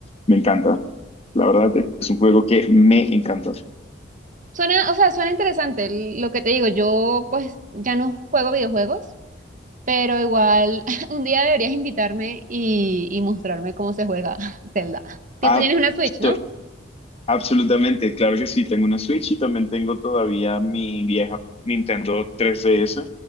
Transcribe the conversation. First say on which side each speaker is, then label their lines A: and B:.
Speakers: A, on the left; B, on the right.
A: me encanta. La verdad es un juego que me encanta.
B: Suena, o sea, suena interesante. L- Lo que te digo, yo pues ya no juego videojuegos, Pero igual, <laughs> un día deberías invitarme y, y mostrarme cómo se juega <laughs> Zelda. Tú
A: Ah,
B: tú tienes una Switch,
A: so-
B: ¿no?
A: Absolutamente, claro que sí, tengo una Switch y también tengo todavía mi vieja Nintendo 3DS